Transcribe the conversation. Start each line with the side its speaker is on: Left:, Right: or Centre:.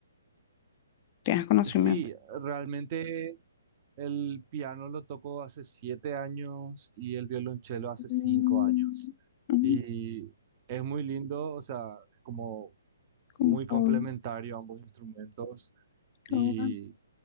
Left: tienes conocimiento.
Right: Sí, realmente el piano lo toco hace siete años y el violonchelo hace cinco
Left: Mm,
Right: años.
Left: mm,
Right: Y es muy lindo, o sea, es como
Left: como
Right: muy complementario
Left: hobby,
Right: ambos instrumentos. Y
Left: yo, ah,